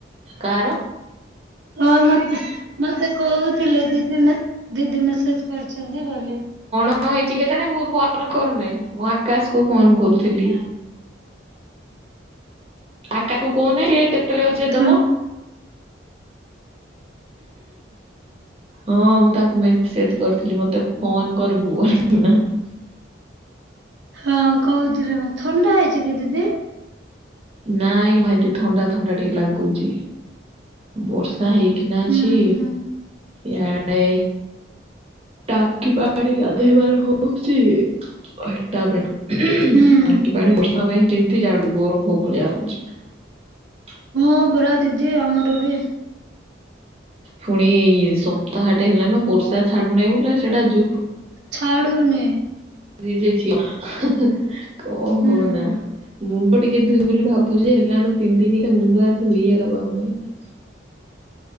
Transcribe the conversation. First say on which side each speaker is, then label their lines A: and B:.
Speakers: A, on the right (about 30°); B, on the right (about 75°).
A: କାହାର?
B: ହଁ ମତେ ମତେ କହୁଥିଲେ ଦିଦି ଦିଦି ମେସେଜ କରିଛନ୍ତି। ବୋଲି।
A: କଣ ହେଇଚି କେଜାଣି ମୁଁ ଫୋନ କରୁନେଇ ମୁଁ ଆକାଶ କୁ ଫୋନ କରୁଥିଲି। ଆ କାକୁ କହୁନ ଏ କେତେବେଳେ ଅଛି ଯେ ଦବ।
B: ଥ
A: ହଁ ମୁଁ ତାକୁ ମେସେଜ କରିଥିଲି। ମତେ ଫୋନ କରିବୁ। <unintelligible>
B: ହଁ କହୁଥିଲେ ଥଣ୍ଡା ହେଇଛି କି ଦିଦି?
A: ନାଇଁ <unintelligible> ଥଣ୍ଡା ଥଣ୍ଡା ଟିକେ ଲାଗୁଚି। ବର୍ ସା ହେଇକିନା
B: ହୁଁ
A: ଅଛି।
B: ହୁଁ
A: ୟାଡେ ଟାଙ୍କି ପାଣି ଗାଧେଇ ବାରୁ ହୋ ହଉଚି। ହେଟା ପାଇଁ
B: ହୁଁ
A: ଟାଙ୍କି ପାଣି ବର୍ଷା ପାଇଁ କେମିତି ଜାଡୁ ବରଫୋ ଭଳିଆ ହଉଛି।
B: ହଁ ପରା ଦିଦି ଆମର ବି।
A: ପୁଣି ଏଇ ସପ୍ତାହଟା ହେଲାନ ବର୍ଷା ଛାଡୁନାହିଁ ବୋଲି ସେଟା ଯୋ
B: ଛାଡ଼ୁନି।
A: ଜି ଯଉ ଝିଅ ହଁ ହଁ
B: ହୁଁ।
A: କହନା ମୁଣ୍ଡଟି ଟିକେ ଧୁଇବି ବୋଲି ଭାବୁଛି ଯେ ହେଲାଣି ଲୋ ତିନି ଦିନି ଏ ତା ମୁଣ୍ଡଟା ଧୋଇବି ଏକା ପାଉନି ପା ଏଇ।